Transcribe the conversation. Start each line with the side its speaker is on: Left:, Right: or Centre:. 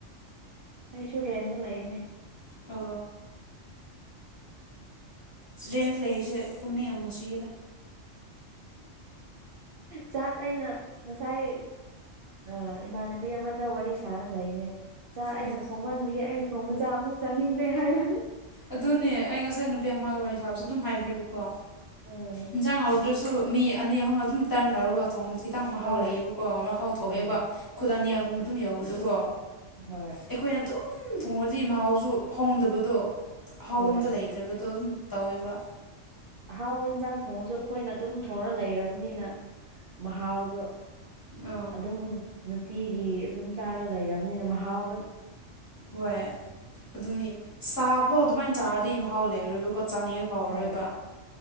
Right: ꯑꯩꯁꯨꯨꯔꯦꯟꯅ ꯂꯩꯅꯦ
Left: ꯑ ꯗꯦꯟꯗ ꯂꯩꯔꯤꯁꯦ ꯄꯨꯛꯅꯤꯡ ꯌꯥꯝ ꯃꯨꯁꯤꯌꯦꯗ
Right: ꯆꯥꯛ ꯑꯩꯅ ꯉꯁꯥꯏ ꯑ ꯏꯃꯥꯟꯅꯕꯤ ꯑꯃꯗ ꯋꯥꯔꯤ ꯁꯥꯔꯒ ꯂꯩꯅꯦ ꯆꯥꯛ ꯑꯩꯅ
Left: ꯎꯝ
Right: ꯊꯣꯡꯍꯟꯕꯒꯤ ꯑꯩꯅ ꯊꯣꯡꯕ ꯆꯥꯛ ꯑꯃꯨꯛ ꯆꯥꯅꯤꯡꯗ꯭ꯔꯦ ꯍꯥꯏꯕ
Left: ꯑꯗꯨꯅꯦ ꯑꯩ ꯉꯁꯥꯏ ꯅꯨꯄꯤ ꯑꯃꯗ ꯋꯥꯔꯤ ꯁꯥꯕꯁꯨ ꯑꯗꯨꯝ ꯍꯥꯏꯈ꯭ꯔꯦꯕꯀꯣ
Right: ꯎꯝ
Left: ꯏꯟꯖꯥꯡ ꯍ ꯑꯗꯨꯁꯨ ꯃꯤ ꯑꯅꯤ ꯑꯍꯨꯝꯅ ꯑꯗꯨꯝ ꯇꯔꯟ ꯂꯧꯔꯒ ꯊꯣꯡꯕꯁꯨ ꯈꯤꯇꯪ ꯃꯍꯥꯎ
Right: ꯍꯣꯏ
Left: ꯂꯩꯌꯦꯕꯀꯣ ꯃꯍꯥꯎ ꯊꯣꯛꯑꯦꯕ
Right: ꯎꯝ
Left: ꯈꯨꯠ ꯑꯅꯤ ꯑꯍꯨꯝꯕ ꯑꯗꯨꯝ ꯌꯥꯎꯕꯗꯀꯣ
Right: ꯍꯣꯏ
Left: ꯑꯩꯈꯣꯏꯅ ꯇꯨꯝ ꯊꯣꯡꯉꯗꯤ ꯃꯍꯥꯎꯁꯨ ꯍꯣꯡꯗꯕꯗꯣ ꯑꯥꯎꯕ
Right: ꯍꯣꯏ
Left: ꯑꯝꯗ ꯂꯩꯗ꯭ꯔꯕꯗꯣ ꯑꯗꯨꯝ ꯇꯧꯋꯦꯕ
Right: ꯑꯍꯥꯎꯕ ꯌꯦꯟꯁꯥꯡ ꯊꯣꯡꯉꯁꯨ ꯑꯩꯈꯣꯏꯅ ꯑꯗꯨꯝ ꯊꯣꯡꯉ ꯂꯩꯔꯕꯅꯤꯅ ꯃꯍꯥꯎꯗꯣ
Left: ꯑꯥ
Right: ꯑꯗꯨꯝ ꯅꯨꯡꯇꯤꯒꯤ ꯑꯗꯨꯝ ꯆꯥꯔꯒ ꯂꯩꯔꯕꯅꯤꯅ ꯃꯍꯥꯎꯗ
Left: ꯍꯣꯏ ꯑꯗꯨꯅꯤ ꯁꯥꯞ ꯍꯣ ꯑꯗꯨꯃꯥꯏꯅ ꯇꯥꯔꯗꯤ ꯃꯍꯥꯎ ꯂꯩꯔꯣꯏꯕꯀꯣ ꯆꯥꯅꯤꯡꯉ ꯐꯥꯎꯔꯔꯣꯏꯕ
Right: ꯍꯣꯏ